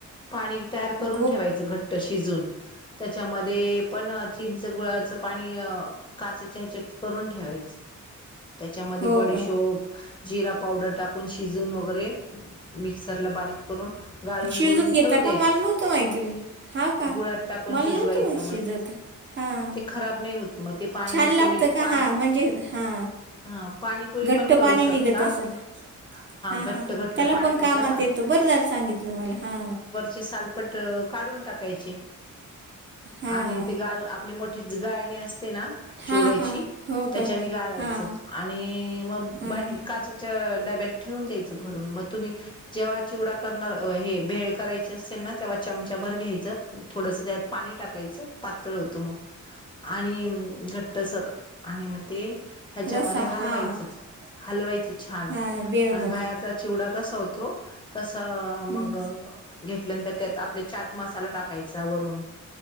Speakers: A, on the left (about 15°); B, on the right (about 35°).
A: पाणी
B: ते
A: तयार
B: पाणी
A: करून ठेवायचं घट्ट शिजून त्याच्यामध्ये पण चिंचं गुळाचं पाणी काचेच्या ह्याच्यात करून ठेवायचं त्याच्यामध्ये
B: हो
A: बडीशोप
B: का?
A: जिरा पावडर टाकून शिजून वगैरे मिक्सरला बारीक करून गाळून
B: शिजून
A: गुळून
B: घेता
A: ठेवून
B: का
A: द्यायच
B: मला नव्हतं माहिती बाई हा का
A: गुळात टाकून
B: मला
A: शिजवायचं
B: नव्हतं माहित
A: मत
B: शिजवता हां
A: ते खराब नाही होत मग
B: छान
A: मग
B: लागतं
A: तुम्ही
B: का
A: पाणी
B: हा म्हणजे हा
A: हा पाणीपुरी
B: घट्ट
A: पण करू
B: पाणी
A: शकता
B: निघतं असेल. हा
A: घट्ट
B: हा हा
A: घट्ट
B: त्याला
A: पाणी
B: पण
A: होतं
B: कामात
A: ना
B: येतो बरं झालं सांगितलं मला हा
A: ते शालपट्टं काढून टाकायची
B: हां
A: आणि ते गाल आपली मोठ तीच गाळणी असं ते ना चिवड्याची
B: हां हां हो
A: त्याच्याने
B: का
A: गाळायचं
B: हां
A: आणि मग
B: हां
A: बाटली अच्छा अच्छा अह डब्यात ठेवून द्यायचं भरून मग तुम्ही जेव्हा चिवडा करणार अह हे भेळ करायचे असेल ना, तेव्हा चमचा भर घ्यायचं थोडसं त्यात पाणी टाकायचं. पातळ होतो मग आणि अम्म घट्टसर आणि मग ते ह्याच्यामध्ये
B: रसा
A: हालवायचं.
B: हा हलवायचं
A: हलवाय. छान
B: हा बेळमध्ये
A: आणि बाहेरचा चिवडा कसा होतो तसां
B: हम्म
A: मग घेतल्यानंतर त्यात आपला चाट मसाला टाकायचा वरून